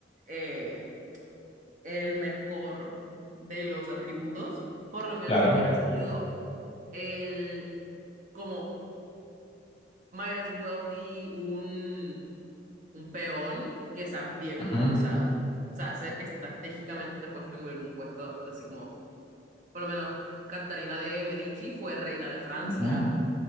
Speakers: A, on the right (about 45°); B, on the left (about 30°).
A: eh, el mejor de los atributos, por lo menos
B: claro.
A: hubiera sido el, como, might as well be un un peón que sea bien
B: Ujú,
A: utilizado. O sea, ser estratégicamente puesto en algún puesto, así como, por lo menos, Catarina de Medici fue reina de Francia.
B: ujú,